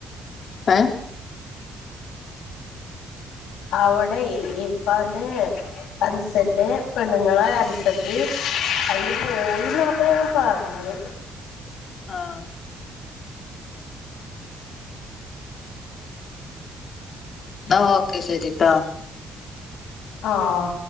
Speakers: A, on the left; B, on the left.
A: ഏ
B: അവിടെ ഇപ്പാന്റെ അൻസന്റെ പെണ്ണുങ്ങളെ അൻസത്തി അതില് പോയിന്നോക്കെ ആണ് പറഞ്ഞത്
A: ആഹ് എന്നാ ഓക്കെ ശരിട്ടാ
B: ആഹ്